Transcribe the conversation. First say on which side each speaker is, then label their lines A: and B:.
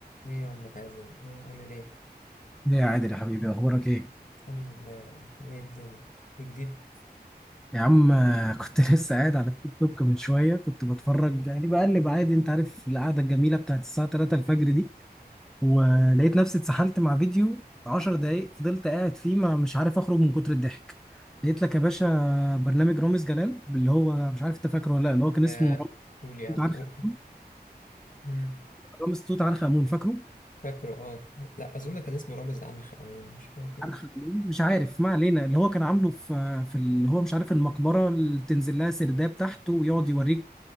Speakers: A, on the left; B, in the centre.
A: ايه يا عم حازم ايه عامل ايه
B: ايه يا عادل يا حبيبي اخبارك ايه
A: الحمد لله يا عم ايه الدنيا إيه جديد
B: يا عم آه، كنت <laughs> لسه قاعد على التيك توك من شويه كنت بتفرج يعني بقلب عادي انت عارف القعده الجميله بتاعت الساعه 3 الفجر دي ولقيت نفسي اتسحلت مع فيديو 10 دقايق فضلت قاعد فيه ما مش عارف اخرج من كتر الضحك لقيت لك يا باشا برنامج رامز جلال اللي هو مش عارف انت فاكره ولا لا اللي هو كان اسمه
A: آه
B: رامز
A: قول يا
B: توت
A: عم
B: عنخ
A: قول
B: امون
A: مم.
B: رامز توت عنخ امون فاكره
A: فاكره اه لا اظن كان اسمه رامز عنخ امون مش فاكر ايه
B: عنخ امون مش عارف ما علينا اللي هو كان عامله في في اللي هو مش عارف المقبره اللي تنزل لها سرداب تحت ويقعد يوريك